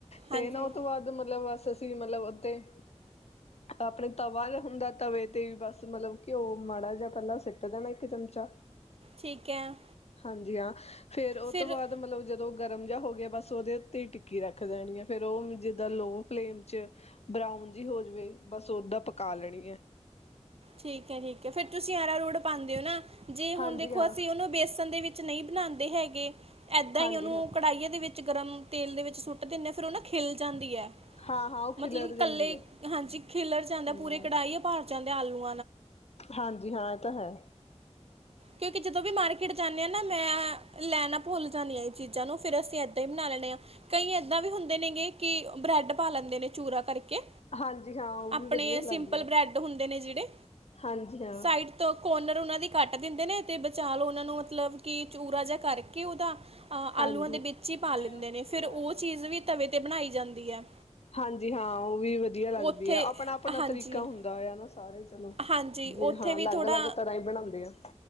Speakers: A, on the right; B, on the left.
A: ਹਾਂਜੀ
B: ਤੇ ਨਾ ਉਹ ਤੋਂ ਬਾਅਦ ਮਤਲਬ ਅਸੀਂ ਮਤਲਬ ਉੱਥੇ ਆਪਣੇ ਤਵਾ ਦਾ ਹੁੰਦਾ ਤਵੇ ਤੇ ਬਸ ਮਤਲਬ ਕਿ ਉਹ ਮਾੜਾ ਜਿਹਾ ਪਹਿਲਾਂ ਸਿੱਟ ਦੇਣਾ ਇੱਕ ਚਮਚਾ
A: ਠੀਕ ਹੈ।
B: ਹਾਂਜੀ ਹ। ਫੇਿਰ ਉਹ
A: ਫਿਰ
B: ਤੋਂ ਬਾਅਦ ਮਤਲਬ ਜਦੋਂ ਗਰਮ ਜਿਹਾ ਹੋ ਗਿਆ, ਬਸ ਉਹਦੇ ਉੱਤੇ ਟਿੱਕੀ ਰੱਖ ਦੇਣੀ ਹੈ। ਫਿਰ ਉਹ ਜਿੱਦਾਂ ਲੋ ਫਲੇਮ ਚ ਬਰਾਊਨ ਜਿ ਹੋ ਜਾਵੇ, ਬਸ ਓਦਾਂ ਪਕਾ ਲੈਣੀ ਹੈ।
A: ਠੀਕ ਹੈ, ਠੀਕ ਹੈ। ਫਿਰ ਤੁਸੀਂ ਆਰਾ ਰੋਡ ਪਾਉਂਦੇ ਹੋ ਨਾ? ਜੇ ਹੁਣ
B: ਹਾਂਜੀ
A: ਦੇਖੋ,
B: ਹਾਂ
A: ਅਸੀਂ ਉਹਨੂੰ ਬੇਸਨ ਦੇ ਵਿੱਚ ਨਹੀਂ ਬਨਾਂਦੇ ਹੈਗੇ, ਏਦਾਂ
B: ਹਾਂਜੀ
A: ਹੀ ਉਹਨੂੰ
B: ਹਾਂ
A: ਕੜਾਹੀ ਦੇ ਵਿੱਚ ਗਰਮ ਤੇਲ ਦੇ ਵਿੱਚ ਸੁੱਟ ਦਿੰਦੇ ਹ ਫਿਰ, ਉਹ ਨਾ ਖਿਲ ਜਾਂਦੀ ਹੈ।
B: ਹਾਂ ਹਾਂ ਉਹ ਖਿਲਰ
A: ਮਤਲਬ
B: ਜਾਂਦੀ
A: ਕੱਲੇ
B: ਹੈ
A: ਹਾਂਜੀ ਖਿਲਰ ਜਾਂਦਾ
B: ਹਮ
A: ਪੂਰੇ ਕੜਾਹੀ ਭਾਰ ਜਾਂਦੇ ਆਲੂ
B: ਹਾਂਜੀ ਹਾਂ ਇਹ ਤਾਂ ਹੈ।
A: ਕਿਉਂਕਿ ਜਦੋਂ ਵੀ ਮਾਰਕੀਟ ਜਾਂਦੇ ਆ ਨਾ ਮੈਂ ਲੈ ਨਾ ਭੁੱਲ ਜਾਂਦੀਆਂ ਇਹ ਚੀਜ਼ਾਂ ਨੂੰ, ਫਿਰ ਅਸੀਂ ਇੱਦਾਂ ਹੀ ਬਣਾ ਲੈਣੇ ਹਾਂ। ਕਈ ਏਦਾਂ ਵੀ ਹੁੰਦੇ ਨੇਗੇ, ਕਿ ਬ੍ਰੈਡ ਪਾ ਲੈਂਦੇ ਨੇ ਚੂਰਾ ਕਰਕੇ।
B: ਹਾਂਜੀ ਹਾਂ ਉਹ
A: ਆਪਣੇ
B: ਵੀ ਵਧੀਆ
A: ਸਿੰਪਲ
B: ਲੱਗਦੀ ਆ
A: ਬ੍ਰੈਡ ਹੁੰਦੇ ਨੇ ਜਿਹੜੇ
B: ਹਾਂਜੀ ਹਾਂ
A: ਸਾਈਡ ਤੋਂ ਕੋਰਨਰ ਉਹਨਾਂ ਦੀ ਕੱਟ ਦਿੰਦੇ ਨੇ, ਤੇ ਬਚਾ ਲੋ ਉਹਨਾਂ ਨੂੰ, ਮਤਲਬ ਕਿ ਚੂਰਾ ਜ ਕਰਕੇ ਉਹਦਾ
B: ਹਾਂਜੀ-ਹਾਂਜੀ
A: ਆਲੂਆਂ ਦੇ ਵਿੱਚ ਹੀ ਪਾ ਲੈਂਦੇ ਨੇ ਫਿਰ ਉਹ ਚੀਜ਼ ਵੀ ਤਵੇ ਤੇ ਬਣਾਈ ਜਾਂਦੀ ਹੈ
B: ਹਾਂ ਉਹ ਵੀ ਵਧੀਆ ਲੱਗਦੀ
A: ਉੱਥੇ
B: ਆ ਆਪਣਾ, ਆਪਣਾ
A: ਹਾਂਜੀ
B: ਤਰੀਕਾ ਹੁੰਦਾ ਹੋਆ ਨਾ ਸਾਰੇ ਚਲੋ
A: ਹਾਂਜੀ
B: ਜੇ
A: ਉੱਥੇ
B: ਹਾਂ
A: ਵੀ
B: ਅਲੱਗ,
A: ਥੋੜਾ
B: ਅਲੱਗ ਤਰ੍ਹਾਂ ਹੀ ਬਣਾਉਂਦੇ ਆ।